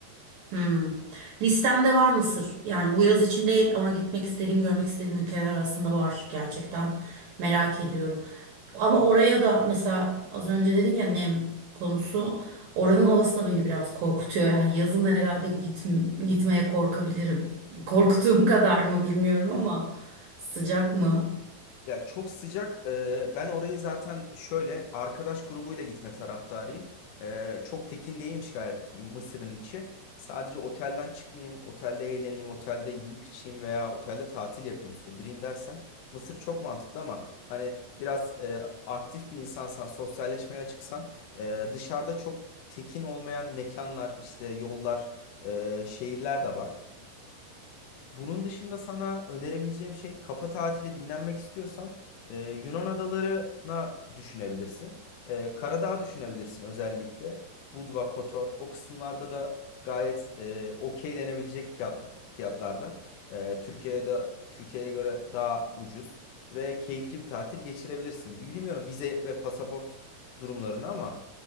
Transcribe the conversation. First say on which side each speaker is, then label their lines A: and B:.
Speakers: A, on the right (about 70°); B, on the left (about 85°).
A: Hmm. Listemde var Mısır. Yani bu yaz için değil ama gitmek istediğim, görmek istediğim ülkeler arasında var gerçekten. Merak ediyorum. Ama oraya da mesela az önce dedin ya nem konusu. Oranın havası da beni biraz korkutuyor. Yani yazın herhalde git gitmeye korkabilirim. Korktuğum <laughs> kadar mı bilmiyorum ama sıcak mı?
B: Ya çok sıcak. Eee, ben orayı zaten şöyle arkadaş grubuyla gitme taraftarıyım. Eee, çok tekin değilmiş gal- Mısır'ın içi. Sadece otelden çıkmayayım, otelde eğleneyim, otelde yiyip içeyim veya otelde tatil yapayım, sürdüreyim dersen Mısır çok mantıklı ama hani biraz eee, aktif bir insansan, sosyalleşmeye açıksan eee, dışarıda çok tekin olmayan mekanlar, işte yollar, eee, şehirler de var. Bunun dışında sana önerebileceğim şey kafa tatili dinlenmek istiyorsan e, Yunan adalarına düşünebilirsin. E, Karadağ düşünebilirsin özellikle. Budva, Kotor o kısımlarda da gayet e, okey denebilecek fiyatlı, fiyatlarda. E, Türkiye'de Türkiye'ye göre daha ucuz ve keyifli bir tatil geçirebilirsin. Bilmiyorum vize ve pasaport durumlarını ama